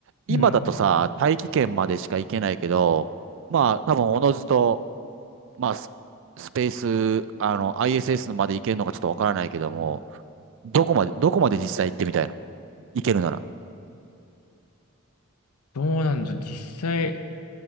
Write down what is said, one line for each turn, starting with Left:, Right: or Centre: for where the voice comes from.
Right: 今だとさ、
Left: うん。
Right: 大気圏までしか行けないけど、まあ多分おのずと、まあス、スペース、あの、ISS まで行けるのかちょっとわからないけども、どこまで、どこまで実際行ってみたいのいけるなら。
Left: どうなんだ、実際、